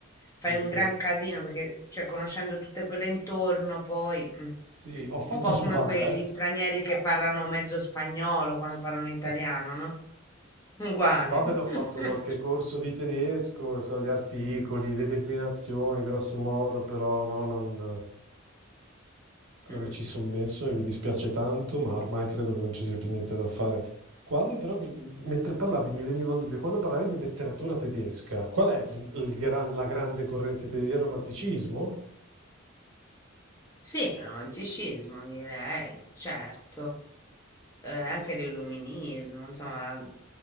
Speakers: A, on the right; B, on the left.
A: sì,
B: Fai un
A: sì.
B: gran casino perché, cioè, conoscendo tutte quelle intorno, poi mm,
A: Sì, ho fatto
B: un po'
A: su
B: come
A: Babel,
B: quegli stranieri che parlano mezzo spagnolo quando parlano italiano,
A: eh. <laughs>
B: no? Uguale.
A: Su Babel
B: <laughs>
A: ho fatto qualche corso di tedesco, e so, gli articoli, le declinazioni, grosso modo, però no, non, non
B: Mm.
A: mi ci sono messo e mi dispiace tanto, ma ormai credo che non ci sia più niente da fare. Quando però, mi- mentre parlavi, mi veniva un dubbio, quando parlavi di letteratura tedesca, qual è il- il gran- la grande corrente tedesca? Il romanticismo?
B: Sì, romanticismo direi, certo. eh, anche l'illuminismo, insomma,